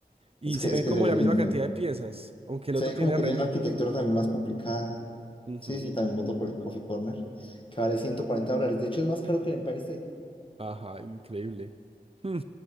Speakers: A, on the right; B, on the left.
A: Y
B: Es que,
A: se
B: es
A: ven
B: que
A: como
B: se ve
A: la
B: lindo.
A: misma cantidad de piezas, aunque el
B: Se
A: otro
B: ve
A: tiene
B: como que
A: renitos.
B: tiene una arquitectura también más complicada.
A: Ujú.
B: Sí, sí, también voto por el Coffee Corner, que vale 140 dólares. De hecho, es más caro que el Empire State.
A: Ajá, increíble. Hmm,